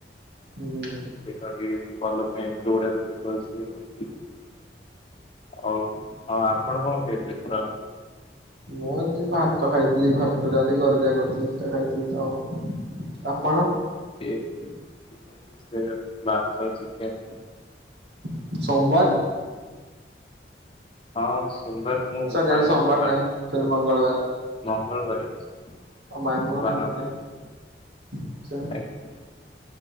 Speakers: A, on the right; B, on the left.
A: ହୁଁ।
B: <unintelligible> ହଉ ହଁ ଆପଣ କଣ ଖାଇଥିଲେ ଖରାଅଳେ?
A: ମୁଁ ଏମିତି ଭାତ ଖାଇଥିଲି। ଭାତ, ଡାଲି ଘରେ ଯାହା କରିଥିଲେ ସେଟା ଖାଇଥିଲି ତ ଆଉ। ଆପଣ।
B: ମୁଁ ବି ସେୟା ଭାତ, ଚିକେନ୍।
A: ସୋମବାର
B: ହଁ ସୋମବାର ମୁଁ
A: ସରି
B: ମାନେନି
A: ଆଜି ସୋମବାର
B: ବାର,
A: ନୁହେଁ ସରି ମଙ୍ଗଳବାର
B: ମଙ୍ଗଳବାର ଅଛି। ମୁଁ
A: ଆଉ ମାନୁନାହାନ୍ତି
B: ବାର
A: କାଇଁ।
B: ମାନେନି।
A: ଆଚ୍ଛା
B: ଆଜ୍ଞା।